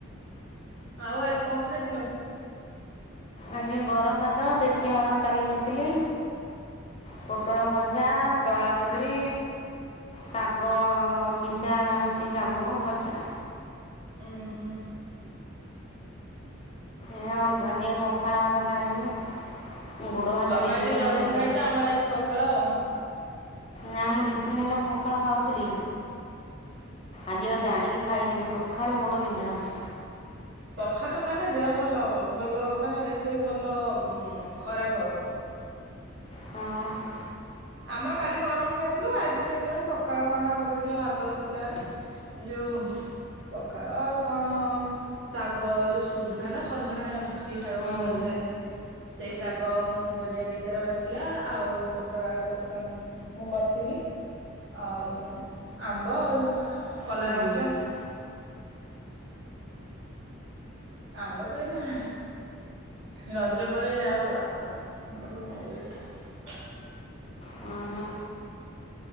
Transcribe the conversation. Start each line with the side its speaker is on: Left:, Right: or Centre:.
Right: ଆଉ ଆଜି କଣ ଖାଇଥିଲ?
Left: ଆଜି ଗରମ ଭାତ, ଦେଶୀ ହରଣ ଡାଲି କରିଥିଲି ପୋଟଳ ଭଜା, ଦଳାଦୁଳି ଶାଗ, ମିଶା ମିଶି ଶାଗ ଭଜା
Right: ଉଁ ହୁଁ
Left: ଏ ଆଉ ଆଜି ପଖାଳ ଭାତ ଖାଇଲିନି ମୋ ଗୋଡ଼ ହାତ
Right: ତମେ
Left: ଦୁଇ ଦିନ
Right: ଆଜି
Left: ହେଲାଣି
Right: ଗରମ
Left: ବିନ୍ଧା
Right: ଖାଇଛ ଆମର ଆଜି ପଖାଳ ଆଉ।
Left: ନା ମୁଁ ଦିଦିନି ହେଲା ପଖାଳ ଖାଉଥିଲି
Right: ଉୁଁ
Left: ଆଜି
Right: ହୁଁ।
Left: ଆଉ ଜାଣିକିି ଖାଇନି, ସଖାଳୁ ଗୋଡ ବିନ୍ଧା ହଉଛି
Right: ପଖାଳ ତ ଖାଇଲେ ଦେହ ଭଲ ହବ ଭଲ ମାନେ ଏତେ ଭଲ ଖରାପ ହବ
Left: ହଁ ଅଁ।
Right: ଆମର କାଲି ଗରମ ଖାଇଥିଲୁ, ଆଜି ସେଥିପାଇଁ ପଖାଳ ମାମା କରିଦେଇଥିଲା ଭାତ ବସିଥିଲା ବୋଲି ରୁ ପଖାଳ ଆଉ କଣ ଶାଗ ଏଇ ଯୋଉ ସୁଜୁନା ନା ସଜନା ହେ ସେଇ ଶାଗ
Left: ହୁଁ
Right: ମୋ ଅଜା ଆଣିଚି। ସେଇ ଶାଗ ମୁଗଜାଇ ଦେଇକି ତାର ଭାଜିଲା ଆଉ ପୋଟଳ ଆଳୁକୁ କସା ମୁଁ କରିଥିଲି ଆଉ ଆମ୍ବ ଆଉ, କଲରା
Left: ହୁଁ
Right: ଭଜା ଆମ୍ବ ତ ଏଇନା ରଜ ପରେ ଆଉ ଆମ୍ବ <unintelligible>
Left: ହୁଁ ହୁଁ।